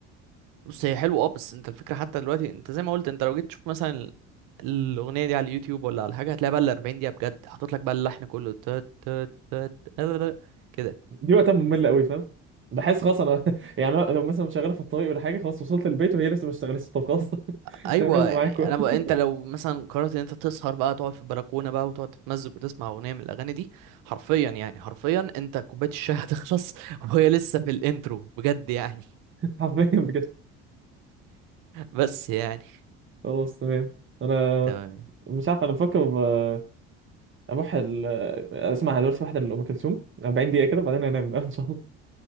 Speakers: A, on the right; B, on the right.
A: بص هي حلوه اه بس انت الفكره حتى دلوقتي انت زي ما قلت انت لو جيت تشوف مثلا ال- الاغنيه دي على اليوتيوب ولا على حاجه هتلاقي بقى ال 40 دقيقه بجد حاطط لك بقى اللحن كله تات تات تات كده
B: دي وقتها مملة قوي فاهم بحس خلاص انا <laughs> يعني أنا لو مثلا شغاله في الطريق ولا حاجه خلاص وصلت البيت وهي لسه ما اشتغلتش طب خلاص <laughs>
A: ايوه
B: تمام يلا
A: يعني
B: معاكم
A: انا بقى
B: <laughs>
A: انت لو مثلا قررت ان انت تسهر بقى تقعد في البلكونه بقى وتقعد تتمزج وتسمع اغنيه من الاغاني دي حرفيا يعني حرفيا انت كوبايه الشاي هتخلص <laughs> وهي لسه في الانترو بجد يعني
B: حرفيا بجد
A: بس يعني
B: خلاص تمام انا
A: تمام
B: مش عارف انا بفكر آه، اروح ال- آه، اسمع دلوقتي واحده لام كلثوم 40 دقيقه كده بعدين انام بقى ان شاء الله <laughs>